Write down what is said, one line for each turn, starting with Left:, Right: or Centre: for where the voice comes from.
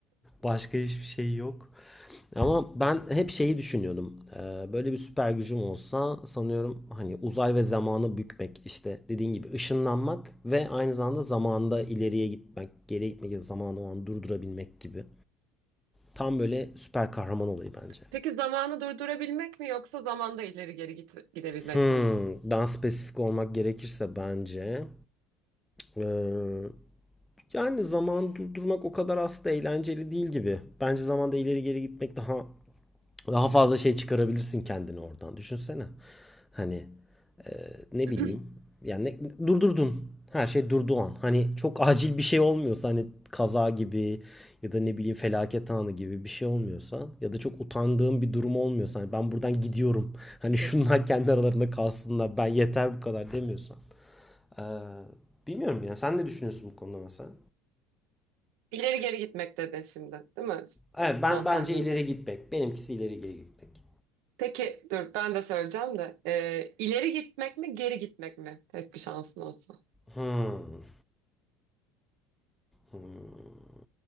Centre: başka hiçbir şey yok. Ama ben hep şeyi düşünüyordum. Ee, böyle bir süper gücüm olsa sanıyorum hani uzay ve zamanı bükmek işte dediğin gibi ışınlanmak ve aynı zamanda zamanda ileriye gitmek, geriye gitmek ya da zamanı o an durdurabilmek gibi. Tam böyle süper kahraman olayı bence.
Right: Peki zamanı durdurabilmek mi yoksa zamanda ileri geri git- gidebilmek
Centre: Hmm,
Right: mi?
Centre: daha spesifik olmak gerekirse bence ee, yani zaman durdurmak o kadar aslında eğlenceli değil gibi. Bence zamanda ileri geri gitmek daha Daha fazla şey çıkarabilirsin kendini oradan. Düşünsene. Hani e, ne
Right: <clears throat>
Centre: bileyim. Yani ne- durdurdun. Her şey durduğu an. Hani çok acil bir şey olmuyorsa hani kaza gibi ya da ne bileyim felaket anı gibi bir şey olmuyorsa ya da çok utandığım bir durum olmuyorsa hani ben buradan gidiyorum. Hani şunlar kendi aralarında kalsınlar. Ben yeter bu kadar demiyorsan. Ee, bilmiyorum ya. Sen ne düşünüyorsun bu konuda mesela?
Right: İleri geri gitmek dedin şimdi, değil mi?
Centre: Evet
Right: Son
Centre: ben bence
Right: tahlilde.
Centre: ileri gitmek. Benimkisi ileri geri gitmek.
Right: Peki dur ben de söyleyeceğim de Ee, ileri gitmek mi geri gitmek mi? Tek bir şansın olsa.
Centre: Hmm. Hmm.